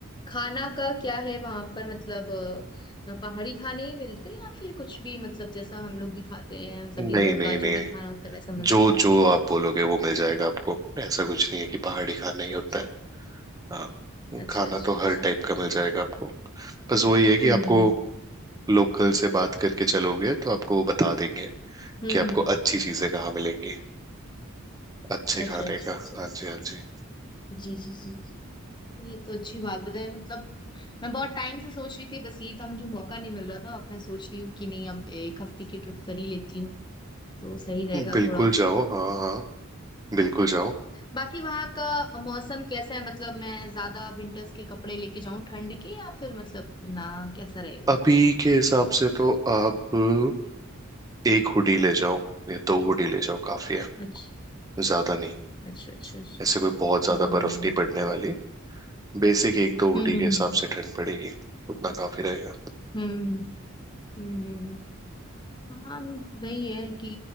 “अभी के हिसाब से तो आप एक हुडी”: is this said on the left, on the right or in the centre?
Right